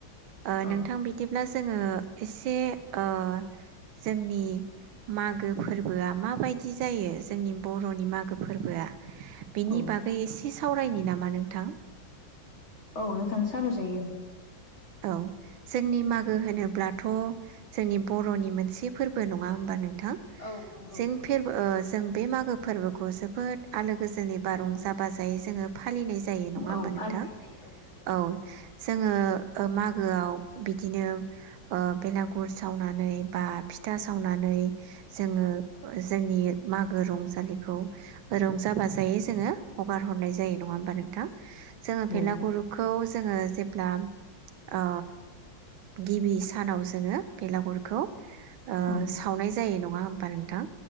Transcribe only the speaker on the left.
औ
उम
औ
औ नोंथां सावरायजायो।
औ
औ नंगौ
औ
फालिनाय जायो नंगौ
औ
उम
औ
औ